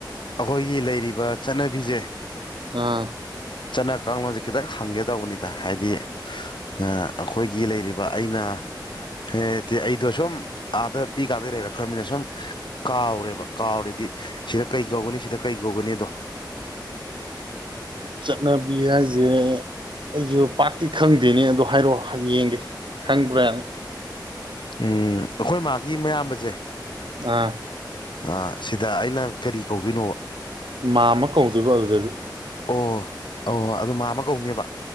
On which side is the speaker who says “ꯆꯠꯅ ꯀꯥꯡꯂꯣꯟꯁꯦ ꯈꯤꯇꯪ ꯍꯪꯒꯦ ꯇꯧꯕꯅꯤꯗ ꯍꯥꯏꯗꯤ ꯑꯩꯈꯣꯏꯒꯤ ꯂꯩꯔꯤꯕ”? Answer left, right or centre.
Left